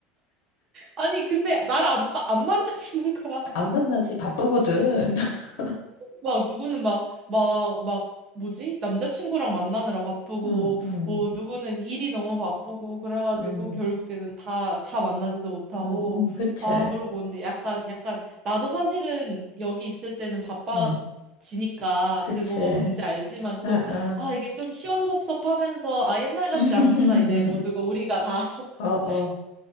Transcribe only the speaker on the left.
안 만나지. 바쁘거든. <laughs>
음, 음,
음,
음, 음, <laughs> 그치.
응, 그치.
응,
응.
<laughs>
어, 어.